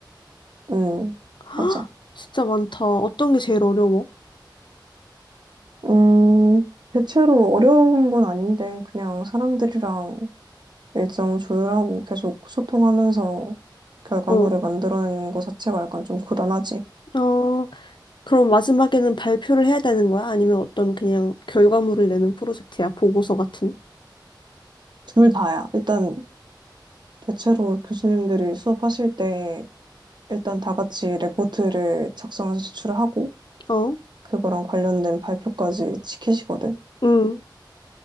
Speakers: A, on the right; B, on the left.
A: 음,
B: <gasps> 헉,
A: 맞아.
B: 진짜 많다. 어떤 게 제일 어려워?
A: 음, 대체로 어려운 건 아닌데, 그냥 사람들이랑 일정 조율하고 계속 소통하면서 결과물을
B: 어,
A: 만들어내는 것 자체가 약간 좀 고단하지.
B: 어, 그럼 마지막에는 발표를 해야 되는 거야? 아니면 어떤 그냥 결과물을 내는 프로젝트야? 보고서 같은?
A: 둘 다야. 일단 대체로 교수님들이 수업하실 때 일단 다 같이 레포트를 작성해서 제출을 하고
B: 어,
A: 그거랑 관련된 발표까지 지키시거든.
B: 응,